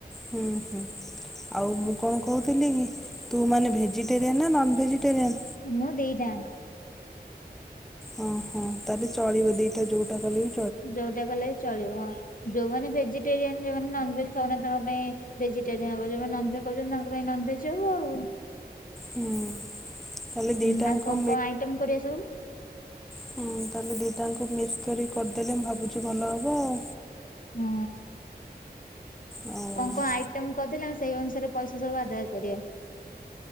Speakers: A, in the centre; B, on the left (about 55°).
A: ହୁଁ, ହୁଁ। ଆଉ ମୁଁ କଣ କହୁଥିଲିକି, ତୁ ମାନେ ଭେଜିଟେରିଆନ୍ ନା ନନ୍ ଭେଜିଟେରିଆନ୍?
B: ମୁଁ, ଦିଇଟା ଆଁଙ୍କ।
A: ଓ ହଁ, ତାହେଲେ ଚଳିବ ଦିଟା ଯୋଉଟା କଲେବି
B: ଯୋଉଟା କଲେବି ଚଳିବ ହଁ, ଯୋଉମାନେ ଭେଜିଟେରିଆନ୍ ଯୋଉମାନେ ନନ୍ ଭେଜ୍ ଖାଉନାହାନ୍ତି ତାଙ୍କ ପାଇଁ ଭେଜିଟେରିଆନ୍ ହବ, ଯୋଉମାନେ ନନ୍ ଭେଜ୍ ଖାଉଚନ୍ତି ତାଙ୍କ ପାଇଁ ନନ୍ ଭେଜ୍ ହବ ଆଉ।
A: ହୁଁ ତାହେଲେ ଦିଟାଙ୍କ
B: ହୁଁ, ଆଉ କଁ କଁ ଆଇଟମ୍ କରିବା ସବୁ?
A: ହୁଁ, ତାହେଲେ ଦିଟାଙ୍କ ମିିକ୍ସ କରି କରିଦେଲେ ମୁଁ ଭାବୁଚି ଭଲ ହବ ଆଉ।
B: ହୁଁ।
A: ଆଉ
B: କଁ, କଁ ଆଇଟମ୍ କରିଦେଲେ ଆମେ ସେଇ ଅନୁସାରେ ପଇସା ସବୁ ଆଦାୟ କରିବା।